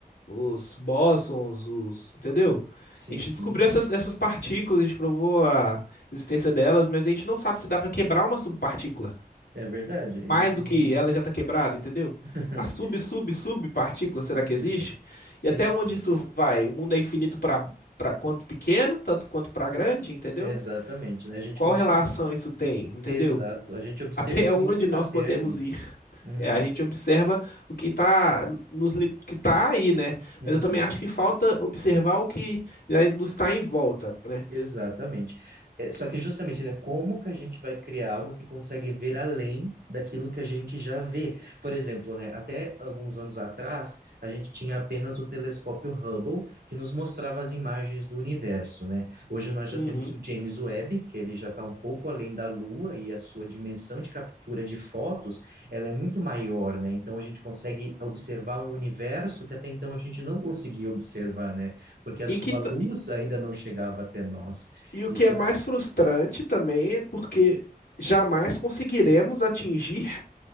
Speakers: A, on the left; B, on the right.
A: os bósons, os, entendeu?
B: Sim,
A: A gente
B: sim.
A: descobriu essas, essas partículas, a gente provou a existência delas, mas a gente não sabe se dá para quebrar uma subpartícula.
B: É verdade, ainda
A: Mais
B: tem
A: do que
B: algumas.
A: ela já está quebrada, entendeu?
B: <laughs>
A: A sub, sub, subpartícula, será
B: Uhum.
A: que existe?
B: Sim,
A: E até
B: sim.
A: onde isso vai? O mundo é infinito para para quanto pequeno, tanto quanto para grande, entendeu?
B: Exatamente, né? A gente
A: Qual
B: consegue.
A: relação isso tem, entendeu?
B: Exato, a gente observou
A: até onde nós
B: até
A: podemos
B: ali.
A: ir.
B: Uhum.
A: É, a gente observa o que está nos li- que tá aí, né?
B: Uhum.
A: Mas eu também acho que falta observar o que já nos está em volta, né?
B: Exatamente. É, só que justamente, né, como que a gente vai criar algo que consegue ver além daquilo que a gente já vê? Por exemplo, né, até alguns anos atrás, a gente tinha apenas o telescópio Hubble, que nos mostrava as imagens do universo, né? Hoje nós já
A: Uhum.
B: temos o James Webb, que ele já está um pouco além da Lua e a sua dimensão de captura de fotos, ela é muito maior, né? Então a gente consegue observar um universo que até então a gente não conseguia observar, né? porque a
A: E
B: sua
A: que ta-
B: luz ainda não chegava até nós.
A: e o
B: Então,
A: que é mais frustrante também é porque jamais conseguiremos atingir